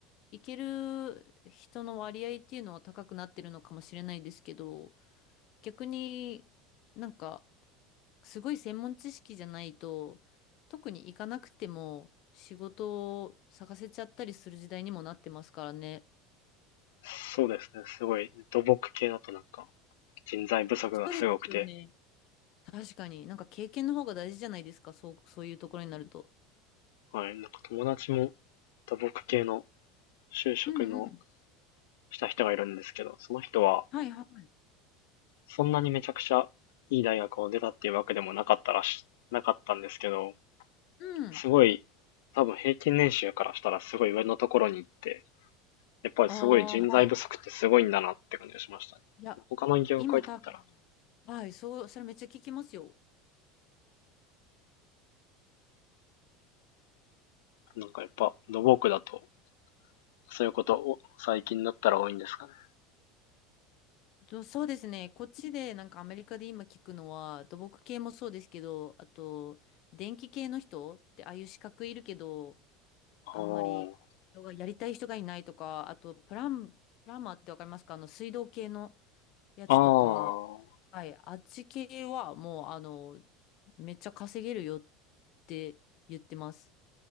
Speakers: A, on the left; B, on the left.
A: 行ける人の割合っていうのは高くなってるのかもしれないですけど、逆になんかすごい専門知識じゃないと、特に行かなくても仕事を探せちゃったりする時代にもなってますからね。
B: そうですね。すごい、土木系だとなんか人材不足がすごくて、
A: そうですよね。確かに。なんか経験の方が大事じゃないですか。そう、そういうところになると。
B: はい。なんか友達も土木系の就職の
A: うんうん。
B: した人がいるんですけど、その人は
A: はいはい。
B: そんなにめちゃくちゃいい大学を出たっていうわけでもなかったらし、なかったんですけど、
A: うん。
B: すごい、多分平均年収からしたらすごい上のところに行って、やっぱりすごい人材不足ってすごいんだなって感じがしましたね。
A: ああ、はい。いや、
B: 他の業界だったら、
A: 今多分、はい、そう、それめっちゃ聞きますよ。
B: なんかやっぱ土木だと、そういうことを最近だったら多いんですかね。
A: とそうですね。こっちで、なんかアメリカで今聞くのは、土木系もそうですけど、あと、電気系の人って、ああいう資格いるけど、
B: ああ。
A: あんまり人がやりたい人がいないとか、あと、プラン、プランマーってわかりますかあの、水道系のやつと
B: ああ、
A: はい、あっち系はもう、あの、めっちゃ稼げるよって言ってます。